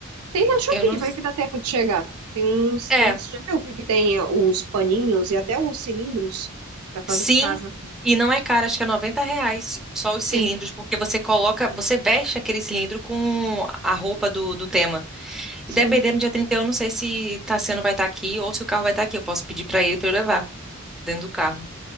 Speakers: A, on the right; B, in the centre.
A: Tem na Shopee,
B: Eu não.
A: vai que dá tempo de chegar. Tem uns,
B: É,
A: tem uns, já viu que tem os paninhos e até os cilindros para fazer
B: Sim,
A: em casa.
B: e não é caro, acho que é 90 reais só os
A: Sim,
B: cilindros, porque você coloca, você veste aquele cilindro com a roupa do, do tema.
A: sim.
B: E dependendo do dia 31, eu não sei se Tassiano vai estar aqui ou se o carro vai estar aqui. Eu posso pedir para ele para eu levar dentro do carro.